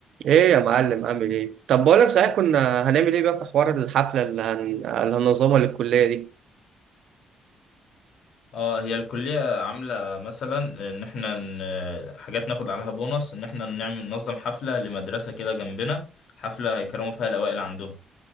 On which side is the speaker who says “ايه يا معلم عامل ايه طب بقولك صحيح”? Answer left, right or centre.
Right